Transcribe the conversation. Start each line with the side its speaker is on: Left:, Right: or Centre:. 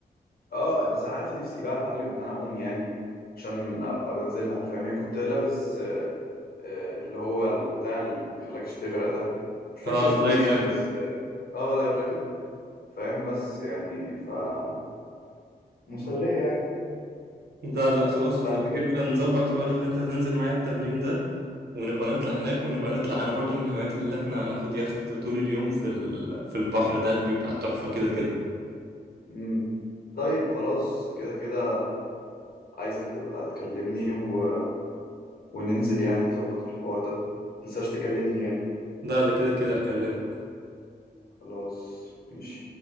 Left: اه بس عارف نفسي بقى اتعلم ان انا اعوم يعني عشان ابقى بنزلها فاهم يعني كنت لابس آه، اللي هو البتاع اللي ما بيخليكش تغرق ده مش فاكر
Right: اه
Left: اسمه
Right: اللايف
Left: ايه يعني
Right: جاكت
Left: بس اه لايف جاكيت فاهم بس يعني فكانت مسلية يعني
Right: ده لا خلاص
Left: فانت
Right: لو
Left: كده
Right: كده نظبط حوار اللي انت تنزل معايا التمرين ده ونبقى نطلع هناك ونبقى نطلع انا برضو من هواياتي اللي احنا هناخد يخت طول اليوم في ال... في البحر ده بيبقى تحفة كده كده
Left: مم. طيب خلاص كده كده عايزك تبقى تكلمني و... وننزل يعني نظبط الحوار ده متنساش تكلمني يعني
Right: ده ده كده كده هكلمك
Left: خلاص ماشي